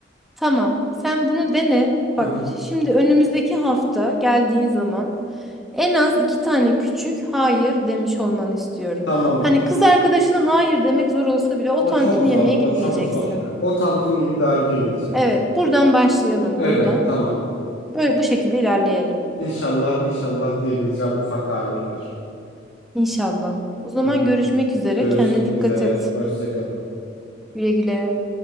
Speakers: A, in the centre; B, on the left.
A: Tamam. Sen bunu dene.
B: Hı
A: Bak
B: hı.
A: şimdi önümüzdeki hafta geldiğin zaman en az iki tane küçük hayır demiş olmanı istiyorum.
B: Tamamdır.
A: Hani kız arkadaşına hayır demek zor olsa bile o
B: O
A: tantuni
B: çok zor.
A: yemeğe
B: O
A: gitmeyeceksin.
B: çok zor. O tantuni bir daha yemeyeceğim.
A: Evet, buradan başlayalım
B: Evet,
A: buradan.
B: tamam.
A: Böyle bu şekilde ilerleyelim.
B: İnşallah, inşallah diyebileceğim ufak hayırlar.
A: İnşallah. O zaman
B: Hı hı.
A: görüşmek üzere.
B: Görüşmek
A: Kendine dikkat
B: üzere.
A: et.
B: Hoşça kalın.
A: Güle güle.